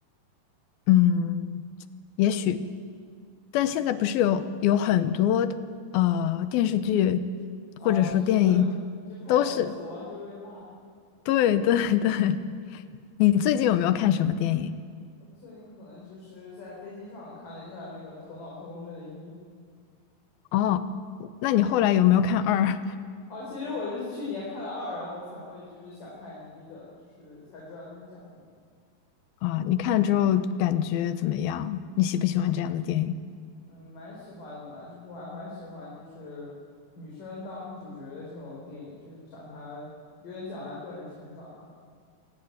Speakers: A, on the left; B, on the left.
A: 嗯，也许，但现在不是有有很多呃电视剧
B: 是啊，
A: 或者说电影
B: 就是会就拍的很挫，
A: 都是，
B: 就会被骂。
A: 对对对。你最近有没有看什么电影？
B: 我最近可能就是在飞机上看了一下那个《头脑特工队》的一。
A: 哦，那你后来有没有看二
B: 哦，其实我是去年看了二，然后才会就是想看一的，就是才知道它是讲什么的。
A: <laughs> 啊？你看了之后感觉怎么样？你喜不喜欢这样的电影？
B: 嗯，蛮喜欢的吧，就是我还蛮喜欢就是女生当主角的这种电影，就是讲她有点讲她个人成长吧。